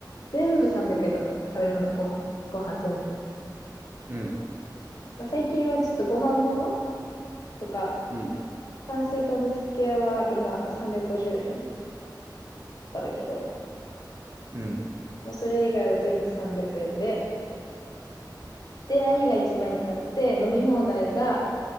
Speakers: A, on the left; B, on the right.
A: 全部300円だったの。食べ物、ご飯、ご飯全部。
B: うん、うん、
A: まあ、最近はちょっとご飯物とか、
B: うん、
A: 炭水化物系は今350円。とかだけど、
B: うん。
A: まあ、それ以外は全部300円で、で、何が一番いいかって、飲み放題が